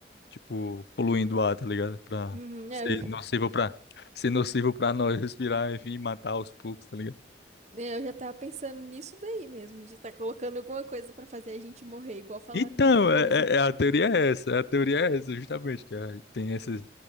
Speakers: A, on the left (about 70°); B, on the right (about 40°).
A: tipo, poluindo o ar, tá ligado? Pra
B: Uhum.
A: ser
B: É.
A: nocivo pra, ser nocivo pra nós respirar, enfim, matar aos poucos, tá ligado?
B: É, Eu já tava pensando nisso daí mesmo, de estar colocando alguma coisa pra fazer a gente morrer, igual falaram
A: Então,
B: do Covid.
A: é, é- é- a teoria é essa, a teoria é essa, justamente, que é- tem esses